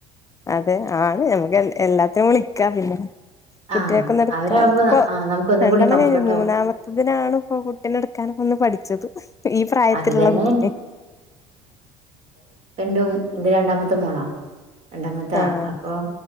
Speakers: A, on the left; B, on the right.
A: അതെ ആണ് ഞമുക്ക് എല്ലാത്തിനും വിളിക്കാം പിന്നെ കുട്ട്യാക്കൊന്ന്
B: ആഹ്
A: എടുക്കാൻ
B: അവരാകുമ്പോ
A: ഇപ്പൊ
B: ആഹ് നമുക്ക് ഒന്നും
A: രണ്ടെണ്ണം
B: കൂടി കംഫർട്ട്
A: കഴിഞ്ഞ്മൂന്നാമത്തെ.
B: ആവും
A: ഇതിനാണ് ഇപ്പൊ കുട്ടിനെ എടുക്കാനൊക്കെ ഒന്ന് പഠിച്ചത്. ഈ പ്രായത്തിലുള്ള
B: അത് തന്നെ
A: കുട്ടിന്നെ
B: ന്റും എന്റെ രണ്ടാമത്തെ മോളാ രണ്ടാമത്താ
A: ആഹ്
B: അപ്പോം